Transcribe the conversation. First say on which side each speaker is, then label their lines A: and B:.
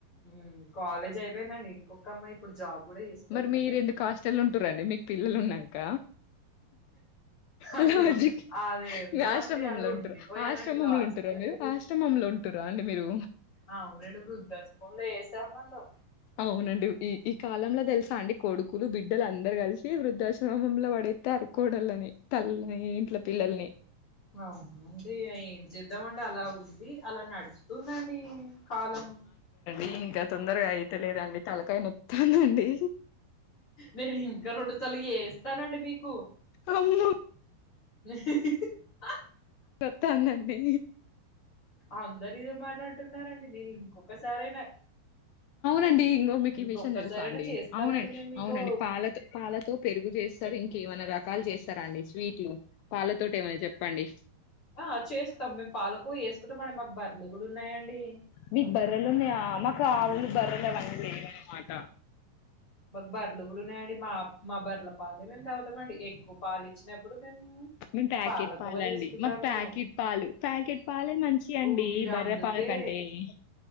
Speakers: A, on the left; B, on the left.
A: ఊ కాలేజ్ అయిపోయిందండి ఇంకొక అమ్మాయి ఇప్పుడు జాబ్ కూడా చేస్తదండి
B: మరి మీర్ ఎందుకు హాస్టల్ ఉంటుారండి మీకు పిల్లలు ఉన్నాక
A: అయ్యో
B: ఉ లాజిక్
A: అదేందో
B: మీ ఆశ్రమంలో
A: అండి అలా ఉండిపోయానండి
B: ఉంటరు ఆశ్రమంలో
A: లాజికే
B: ఉంటరా మీరు
A: లేదు
B: ఆశ్రమంలో ఉంటురా అండి మీరు
A: అవునండి వృద్ధాశ్రమంలో ఏసారు నన్ను
B: అవునండి ఈ ఈ కాలంల తెలుసా అండి కొడుకులు బిడ్డలు అందరు కలిసి వృద్ధాశ్రమంలో పడితరు కోడళని తల్లుల్ని ఈంట్ల పిల్లల్ని
A: అవును అండి ఇగ ఏం చేద్దామండి అలా ఉంది ది అలా నడుచుతుందండి కాలం
B: ఈ ఇంకా తొందరగా అయితేలేదండి తలకాయన నోత్తందండి
A: నేను ఇంకా రెండుసలు ఏస్తానండి మీకు
B: అమ్మో
A: <unintelligible>
B: కొత్తాందండి
A: అందరి ఇదే మాటనుతున్నారండి నేను ఇంకొకసారైనా
B: సండి ఇంగో మీకు
A: ఇంకొక్కసారైనా
B: ఈ విషయం తెలుస అండీ
A: చేస్తానండి
B: అవునండి
A: మేము మీకు
B: అవునండి అవునండి పాల పాలతో పెరుగు చేస్తారు
A: చెప్పు
B: ఇంకేమనా రకాల రకాలు చేస్తారా అండి స్వీట్లు పాలతోటి ఏమన్నా చెప్పండి
A: ఆ చేస్తాం మేము పాలకొవ చేసుకుంటా మన మాకు బర్రలు కూడా ఉన్నాయండి
B: మీకు బరెలు ఉన్నాయా మాకు ఆవులు బర్రలవన్ని లేవన్నమాట
A: మాకు బర్రలు కూడా ఉన్నాయండి మా మా బర్ర పాలు మేము దాగుతామండి ఎక్కువ పాలు ఇచ్చినప్పుడు మేము
B: మేము ప్యాకెట్
A: పాలకోవ
B: పాలండి.
A: చేసుకుంటాము
B: మాకు ప్యాకెట్ పాలు ప్యాకెట్ పాలే మంచియి
A: ఓ
B: అండి.
A: మీరు
B: బర్రెపాల
A: అందుకే
B: కంటే ఏ